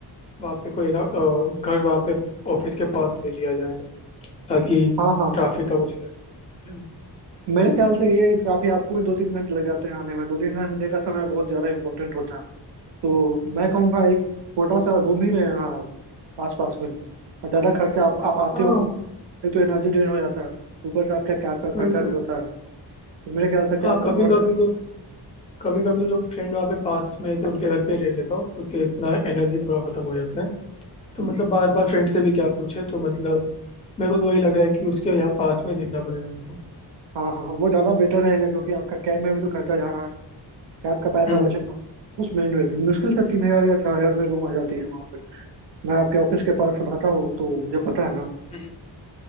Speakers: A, on the left; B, on the right.
A: वहाँ पे कोई ना अ, घर वहाँ पे ऑफिस के पास ले लिया जाए ताकि
B: हाँ हाँ
A: ट्रैफिक का कुछ लगे है ना
B: मेरे ख्याल से ये काफी आपको भी दो तीन घंटे लग जाते हैं आने में दो तीन घंटे का समय बहुत ज्यादा इंपॉर्टेंट होता है तो मैं कहूँगा एक छोटा सा रूम ही ले लेना आप आसपास में और ज्यादा खर्चा आप आप आते
A: हाँ
B: हो एक तो एनर्जी ड्रेन हो जाता है ऊपर से आपका कैब का खर्चा
A: वही तो
B: भी होता है तो मेरे ख्याल से कैब
A: हाँ
B: का
A: कभी
B: तो हर
A: कभी तो कभी कभी तो जो फ्रेंड वहाँ पे पास में रहते हैं उनके घर पे रह लेता हूँ क्योंकि इतना एनर्जी पूरा खत्म हो जाता है तो
B: हम्म
A: मतलब
B: हम्म
A: बार
B: हम्म
A: बार फ्रेंड से भी क्या पूछे तो मतलब मेरे को तो वही लग रहा है कि उसके यहाँ पास में देखना पड़ेगा मेरे को
B: हाँ हाँ वो ज्यादा बेटर रहेगा क्योंकि आपका कैब में भी तो खर्चा जा रहा है कैब का पैसा
A: हम्म
B: बचेगा उसमें इन्वेस्ट मुश्किल से तीन हजार या चार हजार में रूम आ जाती है वहाँ पे मैं आपके ऑफिस के पास रहता हूँ तो मुझे पता है ना
A: हम्म,